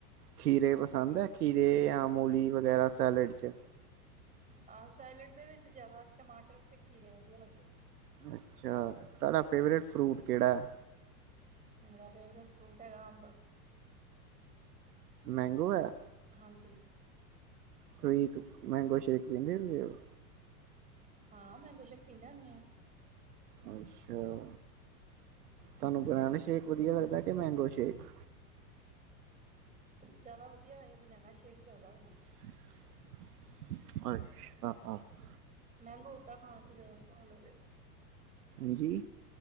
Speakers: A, on the right (about 80°); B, on the right (about 15°).
A: ਖੀਰੇ ਪਸੰਦ ਹੈ ਖੀਰੇ ਜਾਂ ਮੂਲੀ ਵਗੈਰਾ ਸੈਲਡ 'ਚ।
B: ਹਾਂ ਸੈਲਡ ਦੇ ਵਿੱਚ ਜ਼ਿਆਦਾ ਟਮਾਟਰ ਤੇ ਖੀਰੇ ਵਧੀਆ ਲੱਗਦੇ।
A: ਅੱਛਾ ਤੁਹਾਡਾ ਫੇਵਰੇਟ ਫਰੂਟ ਕਿਹੜਾ ਹੈ।
B: ਮੇਰਾ ਫੇਵਰੇਟ ਫਰੂਟ ਹੈਗਾ ਅੰਬ।
A: ਮੈਂਗੋ ਹੈ।
B: ਹਾਂਜੀ।
A: ਤੁਸੀਂ ਮੈਂਗੋ ਸ਼ੇਕ ਪੀਂਦੇ ਹੁੰਦੇ ਹੋ।
B: ਹਾਂ ਮੈਗੋਂ ਸ਼ੇਕ ਪੀਂਦੇ ਹੁੰਦੇ ਆ।
A: ਅੱਛਾ ਤੁਹਾਨੂੰ ਬਨਾਨਾ ਸ਼ੇਕ ਵਧੀਆ ਲੱਗਦਾ ਕਿ ਮੈਂਗੋ ਸ਼ੇਕ।
B: ਜ਼ਿਆਦਾ ਵਧੀਆ ਵੈਹੈ ਬਨਾਨਾ ਸ਼ੇਕ ਲੱਗਦਾ ਮੈਨੂੰ।
A: ਅਹਹ <unintelligible> <inaudible>
B: ਮੈਗੋ ਉਹਦਾ ਖਾਣ ਜ਼ਿਆਦਾ ਸਵਾਦ ਲੱਗਦਾ।
A: ਹਾਂਜੀ।